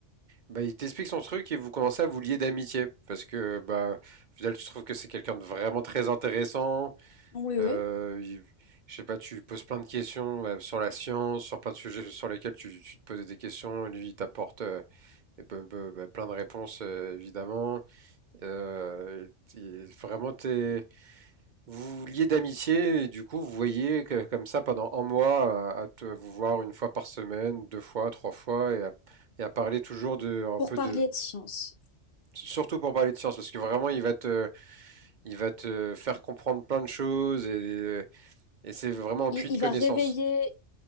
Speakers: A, on the right; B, on the left.
A: Bah, il t'explique son truc et vous commencez à vous lier d'amitié parce que bah au final, tu trouves que c'est quelqu'un de vraiment très intéressant.
B: oui,
A: Euh,
B: oui,
A: il- je sais pas, tu lui poses plein de questions bah, sur la science, sur plein de sujets sur lesquels tu, tu te posais des questions. et Lui, il t'apporte euh, et bah, bah, bah, plein de réponses euh, évidemment. Euh, il- il- vraiment, t'es Vous vous liez d'amitié et du coup vous voyez que, comme ça pendant un mois à, à te- vous voir une fois par semaine, deux fois, trois fois et à, et à parler toujours de un
B: pour
A: peu
B: parler
A: de
B: de science,
A: surtout pour parler de science parce que vraiment il va te il va te faire comprendre plein de choses et, et c'est vraiment un
B: il,
A: puits
B: il
A: de connaissances.
B: va réveiller,